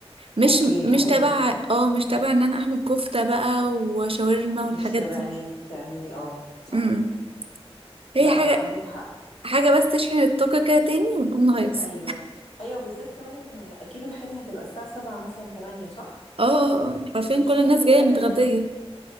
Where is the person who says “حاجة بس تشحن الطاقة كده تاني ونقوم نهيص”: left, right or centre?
Right